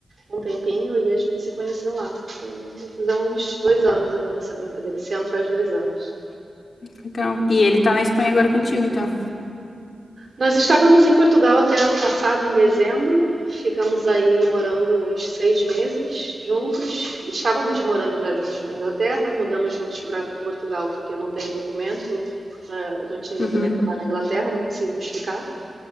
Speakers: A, on the right; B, on the left.
A: um tempinho e a gente se conheceu lá. E Vai fazer uns dois anos aí nessa brincadeira. Esse ano faz dois anos.
B: então. E ele tá na Espanha agora contigo, então.
A: Nós estávamos em Portugal até ano passado, em dezembro. Ficamos aí morando uns seis meses juntos. Estávamos morando já juntos na Inglaterra, mudamos juntos para Portugal porque eu não tenho documento, eh, não tinha documento
B: Uhum,
A: lá na Inglaterra, não conseguimos ficar.